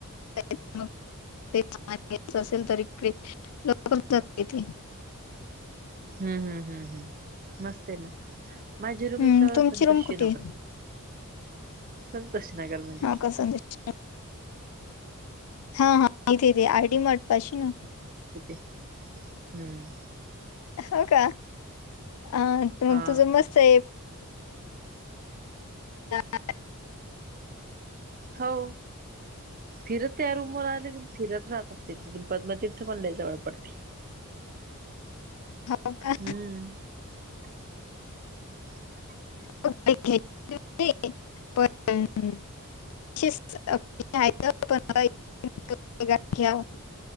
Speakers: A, on the left (about 75°); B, on the right (about 40°).
A: <unintelligible>
B: हम्म हम्म हम्म हम्म मस्त आहे मग, माझी रूम
A: हम्म,
B: इथ
A: तुमची
B: संतोषी
A: रूम कुठे आहे?
B: नगर, संतोष नगरमध्ये
A: हा का संदेश हा हा इथे इथे आर डी मार्ट पाशी ना
B: <unintelligible> हम्म.
A: हो, का अ
B: हा
A: मग तुझं मस्त <unintelligible>
B: हो फिरत त्या रूम वर आले, फिरत राहत असते. तिथून पद्मतीर्थ मला लय जवळ पडती.
A: हो का
B: हम्म, <inaudible>
A: <unintelligible> <unintelligible>